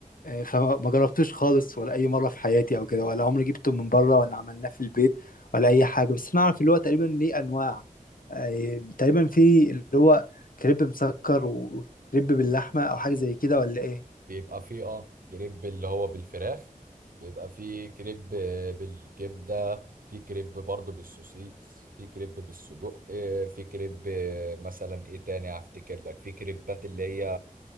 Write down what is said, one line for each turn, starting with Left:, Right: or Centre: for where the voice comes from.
Left: آه، فما جربتوش خالص ولا اي مره في حياتي او كده ولا عمري جبته من بره ولا عملناه في البيت ولا اي حاجه بس انا اعرف اللي هو تقريبا ليه انواع آه، تقريبا في اللي هو كريب مسكر وكريب باللحمه او حاجه زي كده ولا ايه
Right: بيبقى فيه اه كريب اللي هو بالفراخ بيبقى فيه كريب آه، بالكبدة في كريب برضه بالسوسيس في كريب بالسجق آه، في كريب آه، مثلا ايه تاني هفتكر لك في كريبات اللي هي